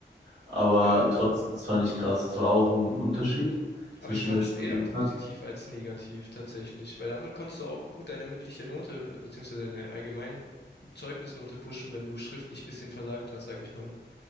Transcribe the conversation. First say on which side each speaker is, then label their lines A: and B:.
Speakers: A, on the right (about 80°); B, on the left (about 65°).
A: Aber
B: ja, ja.
A: trotzdem, das fand ich krass. Das war auch ein Unterschied zwischen
B: Aber ich fand
A: der Schule.
B: es eher positiv als negativ tatsächlich, weil damit konntest du auch gut deine mündliche Note, äh, beziehungsweise deine allgemeine Zeugnisnote pushen, wenn du schriftlich bisschen versagt hast, sag ich mal.